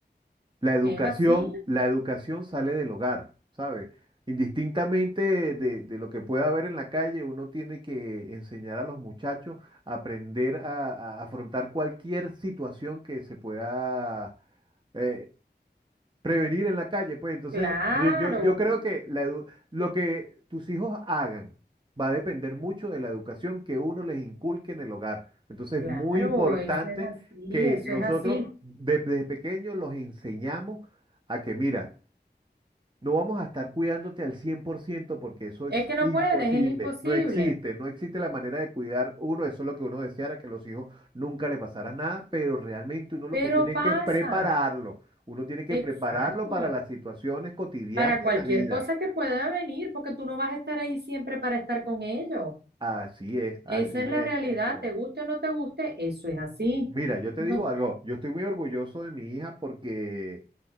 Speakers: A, on the right; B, on the right.
A: La educación,
B: ¿Es así?
A: la educación sale del hogar, ¿sabes? Indistintamente de, de lo que pueda haber en la calle, uno tiene que enseñar a los muchachos a aprender a, a afrontar cualquier situación que se pueda, eh, Prevenir en la calle, pues entonces
B: Claro,
A: yo, yo, yo creo que la edu- lo que tus hijos hagan va a depender mucho de la educación que uno les inculque en el hogar. Entonces
B: claro,
A: es muy importante
B: eso es así,
A: que
B: eso
A: nosotros
B: es así.
A: de- desde pequeños los enseñamos a que, mira, no vamos a estar cuidándote al 100% porque eso
B: Es
A: es
B: que no
A: imposible.
B: puedes, es imposible,
A: No existe, no existe la manera de cuidar uno. Eso es lo que uno deseara, que a los hijos nunca le pasara nada, pero realmente uno lo
B: pero
A: que tiene es
B: pasa,
A: que prepararlo. Uno tiene que
B: exacto,
A: prepararlo para las situaciones cotidianas
B: para
A: de
B: cualquier
A: la vida.
B: cosa que pueda venir, porque tú no vas a estar ahí siempre para estar con ellos.
A: Así es, así
B: Esa es la
A: es,
B: realidad,
A: así es.
B: te guste o no te guste, eso es así.
A: Mira, yo te
B: Uno
A: digo algo, yo estoy muy orgulloso de mi hija porque